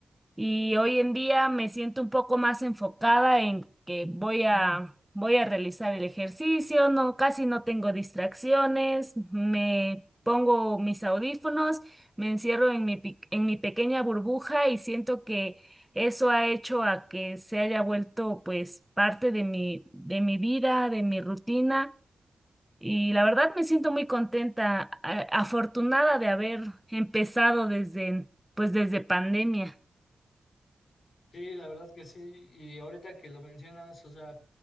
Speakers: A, in the centre; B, on the left.
A: y hoy en día me siento un poco más enfocada en que voy a, voy a realizar el ejercicio, no, casi no tengo distracciones, me pongo mis audífonos, me encierro en mi, pi- en mi pequeña burbuja y siento que eso ha hecho a que se haya vuelto pues parte de mi, de mi vida, de mi rutina. Y la verdad me siento muy contenta, a- afortunada de haber empezado desde, pues desde pandemia.
B: Sí, la verdad que sí. Y ahorita que lo mencionas, o sea,